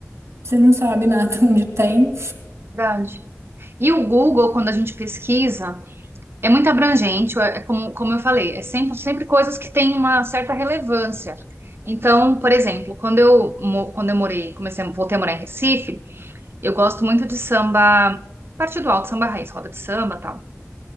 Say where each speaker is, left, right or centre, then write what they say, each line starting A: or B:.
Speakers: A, on the right; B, on the right.
A: você não sabe nada <laughs> onde tem.
B: verdade. E o Google, quando a gente pesquisa, É muito abrangente, é é como, como eu falei, é sempre, sempre coisas que têm uma certa relevância. Então, por exemplo, quando eu, mo- quando eu morei, comecei, a- voltei a morar em Recife, eu gosto muito de samba, parte do alto, samba raiz, roda de samba, tal.